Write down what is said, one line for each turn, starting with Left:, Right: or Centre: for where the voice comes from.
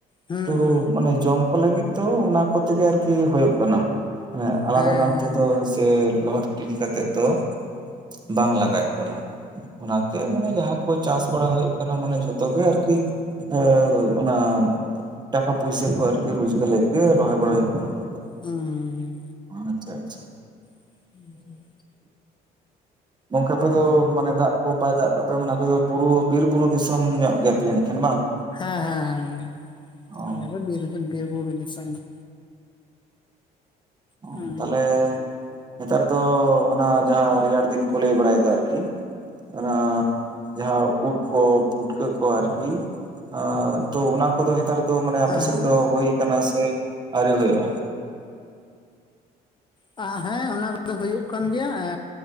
Left: ᱦᱩᱸ
Right: ᱛᱚ
Left: ᱦᱩᱸ
Right: ᱢᱟᱱᱮ ᱡᱚᱢ ᱠᱚ ᱞᱟᱹᱜᱤᱫ ᱛᱚ ᱚᱱᱟ ᱠᱚᱛᱮᱜᱮ ᱟᱨᱠᱤ ᱦᱩᱭᱩᱜ ᱠᱟᱱᱟ ᱦᱮᱸ ᱟᱞᱟᱫᱟ
Left: ᱦᱮᱸ
Right: ᱜᱟᱱ
Left: ᱦᱮᱸ
Right: ᱛᱮᱫᱚ ᱥᱮ ᱞᱚᱦᱚᱫ ᱛᱤᱠᱤ ᱠᱟᱛᱮᱫ ᱫᱚ ᱵᱟᱝ ᱞᱟᱜᱟᱭᱮᱫ ᱵᱚᱱᱟ ᱚᱱᱟᱛᱮ ᱢᱟᱱᱮ ᱡᱟᱦᱟᱸ ᱠᱚ ᱪᱟᱥ ᱵᱟᱲᱟ ᱦᱳᱭᱳᱜ ᱠᱟᱱᱟ ᱢᱟᱱᱮ ᱡᱷᱚᱛᱚ ᱜᱮ ᱟᱨᱠᱤ ᱮ ᱚᱱᱟ ᱴᱟᱠᱟ ᱯᱚᱭᱥᱟ ᱠᱚ ᱟᱨᱠᱤ ᱨᱳᱡᱽᱜᱟᱨ ᱞᱟᱹᱜᱤᱫ ᱜᱮ ᱨᱚᱦᱚᱭ ᱵᱟᱲᱟ ᱦᱩᱭᱩᱜ ᱠᱟᱱᱟ ᱦᱚᱲᱩ᱾ ᱚ
Left: ᱦᱩᱸ ᱦᱩᱸ
Right: ᱟᱪᱪᱷᱟ ᱟᱪᱪᱷᱟ᱾
Left: <inaudible>
Right: ᱜᱚᱝᱠᱮ ᱟᱯᱮ ᱫᱚ ᱢᱟᱱᱮ ᱫᱟᱜ ᱠᱚ ᱵᱟᱭ ᱫᱟᱜ ᱠᱟᱜ ᱯᱮᱭᱟ ᱢᱟᱱᱮ ᱟᱯᱮ ᱫᱚ ᱵᱩᱨᱩ ᱵᱤᱨ ᱵᱩᱨᱩ ᱫᱤᱥᱚᱢ ᱧᱚᱜ ᱜᱮᱭᱟᱯᱮ ᱡᱟᱹᱱᱤᱡ ᱠᱷᱟᱱ ᱵᱟᱝ?
Left: ᱦᱮᱸ ᱦᱮᱸ ᱦᱮᱸ
Right: ᱚ
Left: ᱟᱞᱮ ᱫᱚ ᱵᱤᱨ ᱵᱤᱨ ᱵᱩᱨᱩ ᱫᱤᱥᱟᱢ ᱜᱮ᱾
Right: ᱚ
Left: ᱦᱮᱸ
Right: ᱛᱟᱦᱚᱞᱮ ᱱᱮᱛᱟᱨ ᱫᱚ ᱚᱱᱟ ᱡᱟᱦᱟᱸ ᱨᱮᱭᱟᱲ ᱫᱤᱱ ᱠᱚ ᱞᱟᱹᱭ ᱵᱟᱲᱟᱭ ᱫᱟ ᱟᱨᱠᱤ᱾ ᱚᱱᱟ ᱡᱟᱦᱟᱸ ᱩᱫᱽ ᱠᱚ ᱯᱩᱴᱠᱟᱹ ᱠᱚ ᱟᱨᱠᱤ᱾ ᱟ ᱛᱚ ᱚᱱᱟ ᱠᱚᱫᱚ ᱦᱮᱸᱛᱟᱨ ᱫᱚ ᱢᱟᱱᱮ ᱟᱯᱮ
Left: ᱦᱮᱸ
Right: ᱥᱮᱫ ᱫᱚ ᱦᱩᱭ ᱠᱟᱱᱟ ᱥᱮ ᱟᱹᱣᱨᱤ ᱦᱩᱭᱩᱜᱼᱟ?
Left: ᱟ ᱦᱮᱸ ᱚᱱᱟ ᱠᱚᱫᱚ ᱦᱩᱭᱩᱜ ᱠᱟᱱ ᱜᱮᱭᱟ᱾ ᱮ